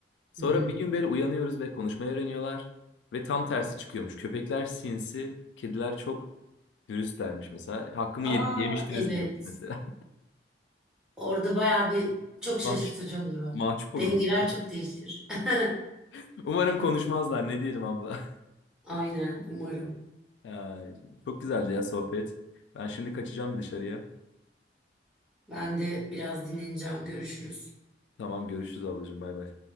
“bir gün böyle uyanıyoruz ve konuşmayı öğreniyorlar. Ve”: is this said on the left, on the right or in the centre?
Left